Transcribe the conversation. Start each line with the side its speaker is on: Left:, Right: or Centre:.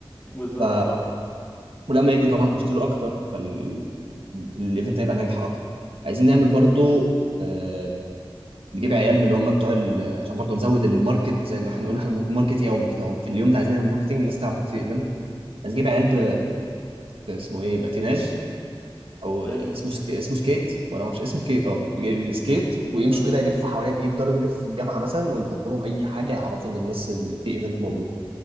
Left: بالظبط
Right: ف
Left: اه
Right: ولما يجوا طبعا هيشتروا أكتر فال الايفنت هيبقى ناجح اكتر عايزين نعمل برضو
Left: مم.
Right: آه، نجيب عيال من اللي هم بتوع ال... عشان برضه نزود الماركت زي ما احنا بنقول احنا بنعمل ماركت يومي كده هو في اليوم ده عايز نعمل ماركتنج الناس تعرف إن في ايفنت عايز نجيب عيال ب... ب- اسمه ايه باتيناج او
Left: ماشي
Right: اسمه سك... اسمه سكيت ولا معرفش اسمه سكيت اه بيجيب السكيت ويمشوا
Left: مم.
Right: كده يلفوا حوالين ايه يفضلوا يلفوا في الجامعه مثلا ونحط لهم اي حاجه يعرفوا ان الناس ان في ايفنت موجود